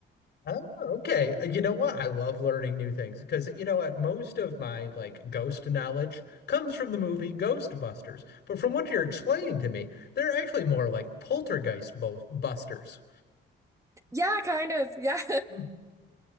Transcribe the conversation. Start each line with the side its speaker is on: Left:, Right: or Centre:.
Left: Oh, Okay, uh, you know what? I love learning new things because you know what? Most of my like ghost knowledge comes from the movie Ghostbusters. But from what you're explaining to me, they're actually more like poltergeist bo busters.
Right: Yeah, kind of. Yeah.
Left: <laughs>